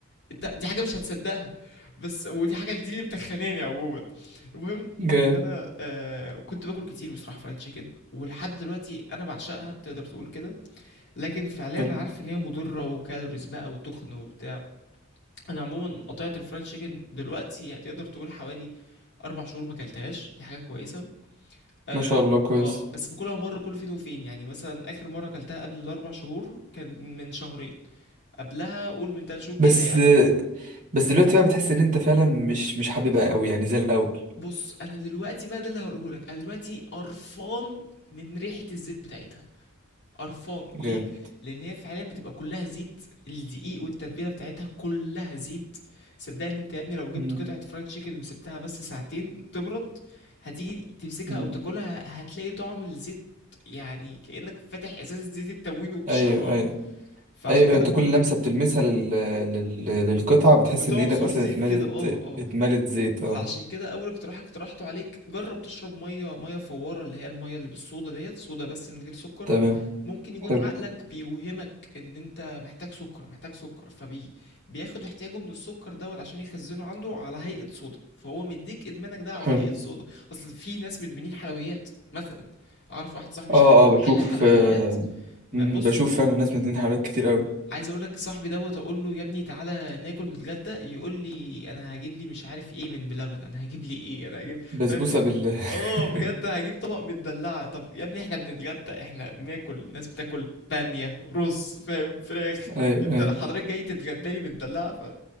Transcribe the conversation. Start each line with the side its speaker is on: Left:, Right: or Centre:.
Left: انت دي حاجه مش هتصدقها بس ودي حاجه دي اللي بتخناني عموما المهم
Right: جامد
Left: ان انا آه كنت باكل كتير بصراحه فرايد تشيكن ولحد دلوقتي انا بعشقها تقدر تقول كده لكن فعليا
Right: حلو
Left: انا عارف ان هي مضره وكالوريز بقى وتخن وبتاع انا عموما قطعت الفرايد تشيكن دلوقتي يعني تقدر تقول حوالي اربع شهور ما اكلتهاش دي حاجه كويسه اه
Right: ما شاء الله كويس
Left: آه، بس باكلها مره كل فين وفين يعني مثلا اخر مره اكلتها قبل الاربع شهور كان من شهرين قبلها قول من تلات شهور كده
Right: بس
Left: يعني فاهم
Right: بس دلوقتي بقى بتحس ان انت فعلا مش مش حاببها قوي يعني زي الاول
Left: بص انا دلوقتي بقى ده اللي هقوله لك انا دلوقتي قرفان من ريحه الزيت بتاعتها قرفان ليه
Right: جامد
Left: لان هي فعلا بتبقى كلها زيت الدقيق والتتبيله بتاعتها كلها زيت صدقني انت يا ابني لو جبت
Right: مم.
Left: قطعه فرايد تشيكن وسبتها بس ساعتين تبرد هتيجي تمسكها
Right: مم.
Left: او تاكلها هتلاقي طعم الزيت يعني كانك فاتح ازازه زيت التموين وبتشربها
Right: ايوه ايوه
Left: فعشان
Right: ايوه
Left: كده
Right: انت
Left: بقول
Right: كل لمسه
Left: لك
Right: بتلمسها لل... لل... للقطعه بتحس
Left: بتعصر
Right: ان ايدك اصلا
Left: زيت
Right: اتملت
Left: كده اه اه
Right: اتملت زيت
Left: فعشان
Right: اه
Left: كده اول اقتراح اقترحته عليك جرب تشرب ميه ميه فواره اللي هي الميه اللي بالصودا ديت صودا بس من غير سكر
Right: تمام
Left: ممكن يكون
Right: حلو
Left: عقلك بيوهمك ان انت محتاج سكر محتاج سكر فبي بياخد احتياجه من السكر دوت عشان يخزنه عنده على هيئة صودا فهو مديك ادمانك ده على
Right: حلو
Left: هيئة صودا اصل في ناس بتبنيه حلويات مثلا اعرف واحد صاحبي
Right: اه
Left: شغال في
Right: اه بشوف
Left: محل حلويات
Right: آه
Left: ما-
Right: مم،
Left: بص
Right: بشوف
Left: هو
Right: فعلا الناس منزلين حاجات كتير قوي
Left: عايز اقول لك صاحبي دوت اقول له يا ابني تعالى ناكل نتغدى يقول لي انا هجيب لي مش عارف ايه من بلبن انا هجيب لي ايه انا هجيب
Right: بسبوسة
Left: فاهم
Right: بال <laughs>
Left: اه بجد هجيب طبق مدلعه طب يا ابني احنا بنتغدى احنا بناكل الناس بتاكل باميه رز فاهم فراخ
Right: اي
Left: انت
Right: اي
Left: حضرتك جاي تتغدى لي مدلعه ف...